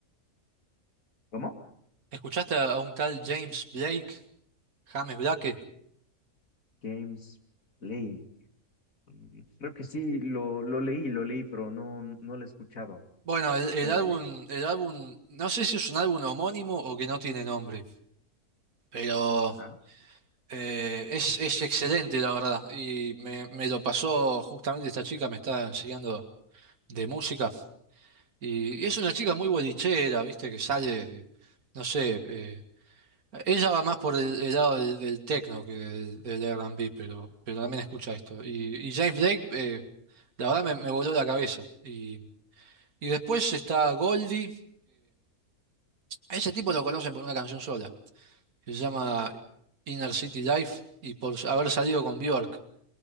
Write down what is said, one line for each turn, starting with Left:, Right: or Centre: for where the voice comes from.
Left: ¿Cómo?
Right: escuchaste a un tal James Blake, James Blake.
Left: James Blake. Mm, Creo que sí, lo, lo leí, lo leí, pero no, no lo he escuchado.
Right: Bueno, el, el
Left: Cuéntame.
Right: álbum, el álbum, no sé si es un álbum homónimo o que no tiene nombre, pero
Left: Ajá.
Right: eh, es, es excelente, la verdad. Y me, me lo pasó justamente esta chica, me está enseñando de música. Y, y es una chica muy bolichera, viste, que sale, de- no sé, eh, ella va más por el, el lado del, del techno que del, del R&B, pero, pero también escucha esto. Y, y James Blake, eh, la verdad me, me voló la cabeza. Y, y después está Goldie. A ese tipo lo conocen por una canción sola, que se llama Inner City Life y por haber salido con Bjork.